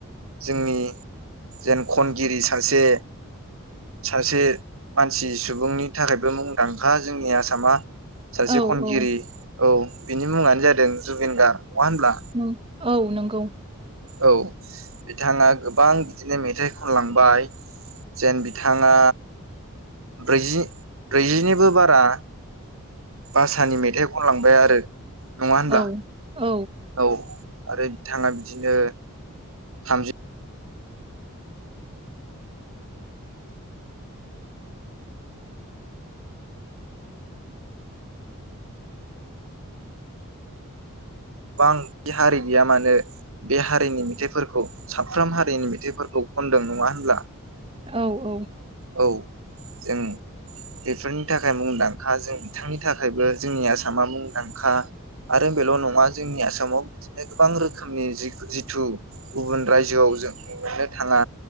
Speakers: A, on the right; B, on the right.
A: जोंनि जेन खनगिरि सासे सासे मानसि सुबुंनि थाखायबो मुंदांखा, जोंनि आसामा सासे
B: औ
A: खनगिरि
B: औ
A: औ बिनि मुङानो जादों जुबिन गार्ड। नङा होनब्ला?
B: नों औ नोंगौ।
A: औ बिथाङा गोबां बिदिनो मेथाइ खनलांबाय जेन बिथाङा ब्रैजि ब्रैजिनिबो बारा। भाषानि मेथाइ खनलांबाय आरो। नङा होनब्ला
B: औ औ
A: औ। आरो बिथाङा बिदिनो थामजि गोबां हारि गैया मानो बे हारिनि मेथाइफोरखौ साफ्रोम हारिनि मेथाइफोरखौ खनदों, नङा होनब्ला?
B: औ औ।
A: औ जों बेफोरनि थाखाय मुंदांखा जों बिथांनि थाखायबो जोंनि आसामा मुंदांखा आरो बेल' नङा जोंनि आसामाव बिदिनो गोबां रोखोमनि जिथु गुबुन रायजोआव जों। मोननो थाङा